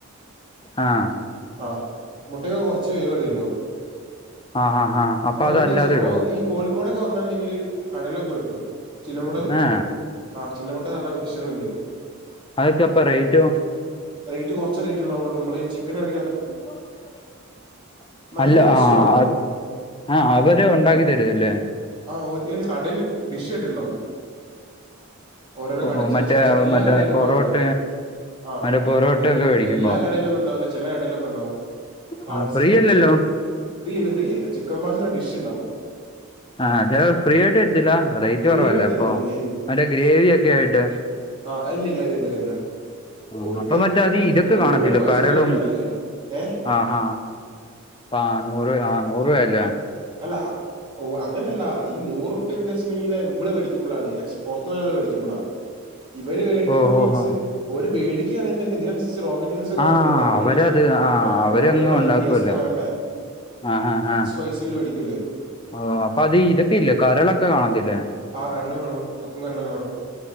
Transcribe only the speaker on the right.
ആഹ് മുട്ടയ് കുറച്ച് വേഴതില്ലോ
അത് നല്ല
ടേസ്റ്റ് ബ്രോ
ഈ കോഴിക്കോടൊക്കെ വന്നിണ്ടെങ്കില് കടലൊക്കെ കിട്ടും ചിന്നമുട്ട കിട്ടും
ആഹ് ചിന്നമുട്ട പറഞ്ഞ ഒരുഷനുണ്ട്
റേറ്റ് കുർച്ചെ ഉണ്ടാവുള്ളൂ നമ്മ ചിക്കൻ എട
നല്ല
ടേസ്റ്റും
ആണ്.
ഉം
ആ ഒരുല് കടയില് വിഷയിട്ടുണ്ടാവും ഓരോരോ
കട
ച എല്ലാ
കടയിലും ഉണ്ടാവൂല
ആഹ്
എ
എല്ലാ കടയിലും ഒന്നും ഉണ്ടാവല ചില കടയിലൊക്കെ ഉണ്ടാവും പാർസ്
ഫ്രീ ഇല്ല ഫ്രീ ഇല്ല ചിക്കൻ പാട്സ് ഡിഷ് ഉണ്ടാവും
ഫ്രീ
ആയിട്ടൊന്നും തരില്ല.
ഇല്ല
ആഹ് ഇല്ല്യ ഇല്ല്യ ഇതില്ലല്ല.
ഓർക്ക്
ഫ്രീ
ഓര്
പൈസട്ത്ത്
മേടിക്കണല്ലേ ഏഹ്.
ആ അല്ല ഓ അങ്ങനെല്ലാ ഈ നൂറ്പ്യ എന്ത ല് മ്മ്ള് മേടിക്കുമ്പോളാണ് പൊർത്തുരാള് മേടിക്ക്പളാ ഇവര് മേടിക്കുമ്പോ
മീൻസ്
ഓര്‌ വേടിക്ക്യാണെ തന്നെ ഇതിനൻസസ്‌രി റോങ് രിസൊക്കെ
വേണ്ട ഇണ്ടാക്കണെങ്കില്
ആ
മുളക്, മല്ലി,
ഗ്യസൊക്കെ വേണ്ടേ?
പൈസൂര് പടിക്കൂല്ലേ
ആ കരള് കാണും കക്കും കരളും ഒക്കെ കാണും.